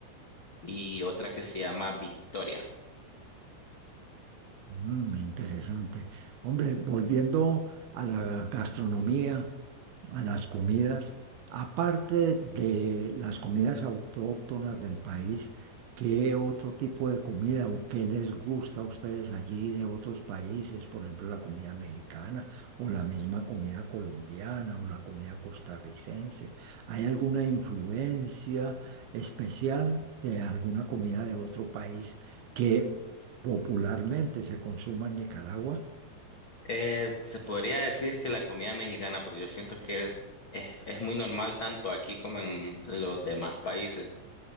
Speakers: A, on the left (about 80°); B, on the right (about 70°).
A: y otra que se llama Victoria.
B: Mm, interesante. Hombre, volviendo a la gastronomía. a las comidas, aparte de las comidas autóctonas del país, ¿qué otro tipo de comida o qué les gusta a ustedes allí de otros países? Por ejemplo, la comida mexicana o la misma comida colombiana o la comida costarricense. ¿Hay alguna influencia especial de alguna comida de otro país que popularmente se consuma en Nicaragua?
A: Eh, se podría decir que la comida mexicana, pero yo siento que es, es muy normal tanto aquí como en los demás países.